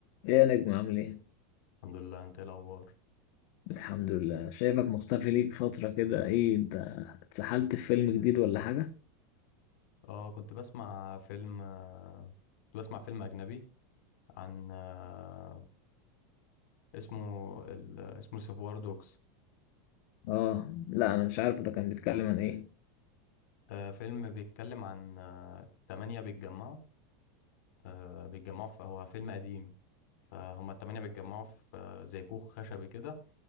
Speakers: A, on the left (about 45°); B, on the left (about 60°).
A: ايه يا نجم عامل ايه؟
B: الحمد لله انت ايه الاخبار
A: الحمد لله شايفك مختفي ليك فترة كده ايه انت اتسحلت في فيلم جديد ولا حاجة؟
B: اه كنت بسمع فيلم آه، كنت بسمع فيلم اجنبي عن آه، اسمه ال... اسمه سيفوار دوجز
A: اه لا انا مش عارف ده كان بيتكلم عن ايه؟
B: آه فيلم بيتكلم عن آه، تمانية بيتجمعوا آه، بيتجمعوا في هو فيلم قديم فهم التمانية بيتجمعوا في آه، زي كوخ خشبي كده